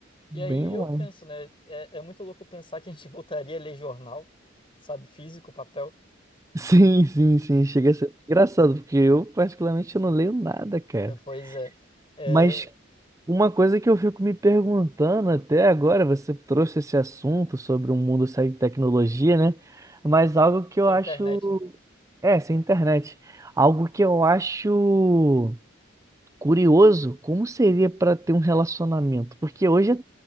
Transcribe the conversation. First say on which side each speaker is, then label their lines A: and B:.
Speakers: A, on the right; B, on the left.
A: Bem
B: E aí
A: online.
B: eu penso, né? É, é muito louco pensar que a gente <laughs> voltaria a ler jornal, sabe? Físico, papel.
A: Sim, sim, sim. Chega a ser engraçado, porque eu, particularmente, eu não leio nada, cara.
B: É, pois é. É,
A: Mas uma coisa que eu fico me perguntando até agora, você trouxe esse assunto sobre um mundo sem tecnologia, né? Mas algo que
B: sem
A: eu acho.
B: internet, né?
A: É, sem internet. Algo que eu acho curioso, como seria para ter um relacionamento? Porque hoje é